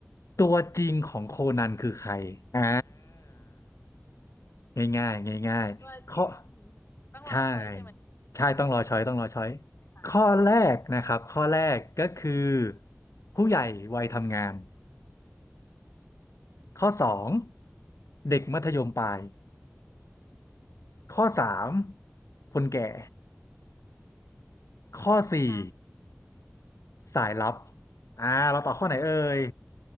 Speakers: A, on the left; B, on the left.
A: ตัวจริงของโคนันคือใครอ่า ง่ายๆง่ายๆข้อ
B: <laughs> ตัวจริงต้องรอช้อยใช่ไหม
A: ใช่ใช่ต้องรอช้อยต้องรอช้อย
B: ใช่ค่ะ
A: ข้อแรกนะครับข้อแรกก็คือผู้ใหญ่วัยทำงานข้อสอง
B: อืม
A: เด็กมัธยมปลายข้อสามคนแก่ข้อสี่
B: ค่ะ
A: สายลับอ่าเราตอบข้อไหนเอ่ย